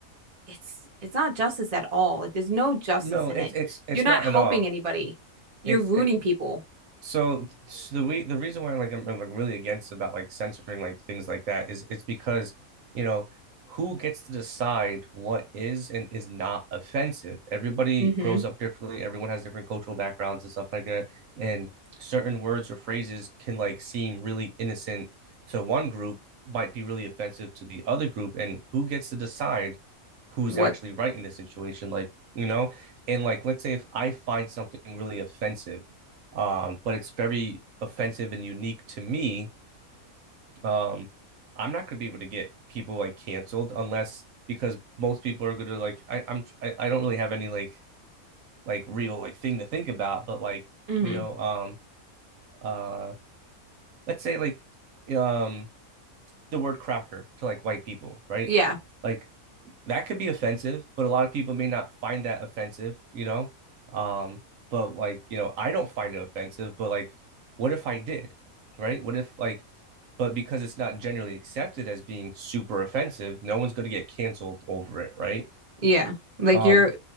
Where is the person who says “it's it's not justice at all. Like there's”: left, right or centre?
Right